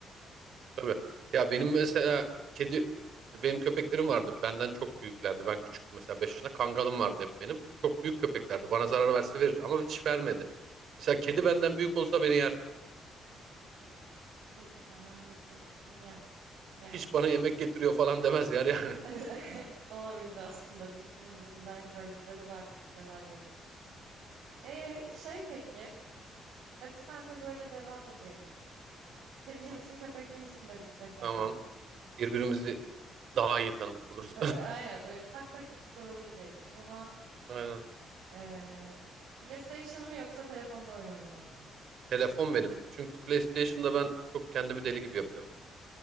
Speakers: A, on the right; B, on the right.
A: tabii. Ya benim mesela kedi benim köpeklerim vardı. Benden çok büyüklerdi. Ben küçüktüm mesela 5 yaşında. Kangalım vardı hep benim. Çok büyük köpeklerdi. Bana zarar verse verir ama hiç vermedi. Mesela kedi benden büyük olsa beni yer.
B: Kedi senden büyük olsa seni yer. Yer.
A: Hiç bana yemek getiriyor falan demez yer yani.
B: <laughs> Olabilir aslında düşününce bir nankörlükleri var. Yalan yok. E şey peki. Hadi sen de böyle devam edelim. Kedici
A: <laughs>
B: misin köpekçi misin dedik mesela.
A: Tamam. Birbirimizi daha iyi tanımış oluruz.
B: Ö- ö, Aynen böyle tak tak iki sorulu gidelim. O zaman
A: <laughs> Aynen.
B: eee, PlayStation mı yoksa telefonda oyun oynamak mı?
A: Telefon benim. Çünkü PlayStation'da ben çok kendimi deli gibi yapıyorum.